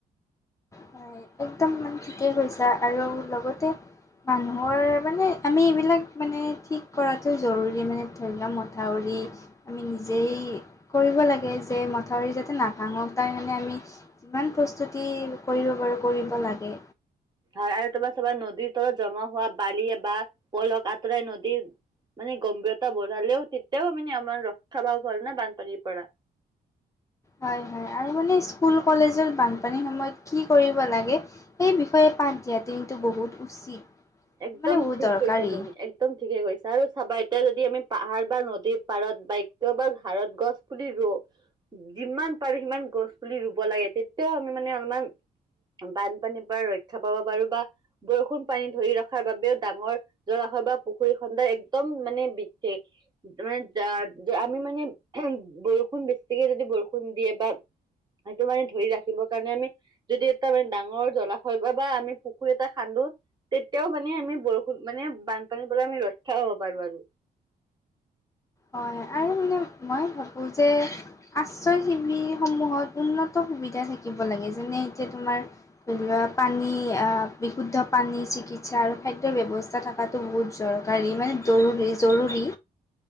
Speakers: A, on the left; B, on the right.
A: হয় একদম ইমান মানে ঠিকেই কৈছা আৰু লগতে- মানুহৰ মানে আমি এইবিলাক মানে ঠিক কৰাটো জৰুৰী। মানে ধৰি লওঁক মথাউৰি। আমি নিজেই কৰিব লাগে যে মথাউৰি যাতে নাভাঙক তাৰ কাৰণে আমি- যিমান প্ৰস্তুতি কৰিব পাৰোঁ কৰিব লাগে।
B: আৰু তোমাৰ চাবা নদীৰ তলত জমা হোৱা বালি বা পইলখ আঁতৰাই নদীৰ- মানে গম্ভীৰতা বঢ়ালেও তেতিয়াও মানে আমাৰ ৰক্ষা পাব পাৰোনে বানপানীৰ পৰা।
A: হয় হয়, আৰু মানে স্কুল কলেজত বানপানীৰ সময়ত কি কৰিব লাগে সেই বিষয়ে পাঠ দিয়াতো কিন্তু বহুত উচিত।
B: একদম
A: মানে বহুত
B: ঠিক
A: দৰকাৰী
B: কৈছা তুমি এক দম ঠিকে কৈছে। আৰু চাবা এতিয়া যদি আমি পাহাৰ বা নদীৰ পাৰত বাক্য বা ঘাঁহত গছ পুলি ৰু, যিমান পাৰোঁ সিমান গছ পুলি ৰুব লাগে তেতিয়াও আমি মানে অলপমান বানপানীৰ পৰা ৰক্ষা পাব পাৰোঁ বা বৰষুণ পানী ধৰি ৰখ খাৰ বাবেও ডাঙৰ জলাশয় বা পুখুৰী খন্দাৰ একদম মানে বিশেষ আমি মানে বৰষুণ বেছিকে যদি বৰষুণ দিয়ে বা সেইটো মানে ধৰি ৰাখিবৰ কাৰণে আমি যদি এটা মানে ডাঙৰ জলাশয় বা বা আমি পুখুৰী এটা খান্দো তিয়াও মানে আমি বৰষুণ মানে বানপানীৰ পৰা আমি ৰক্ষা হ'ব পাৰোঁ আৰু।
A: হয় আৰু মানে মই ভাবোঁ যে আশ্ৰয় শিবিৰসমূহত উন্নত সুবিধা থাকিব লাগে যেনে এতিয়া তোমাৰ ধৰি লোৱা পানী আ, বিশুদ্ধ পানী, চিকিৎসা আৰু খাদ্যৰ ব্যৱস্থা থাক কাটো বহুত জৰকাৰী মানে জৰুৰী জৰুৰী।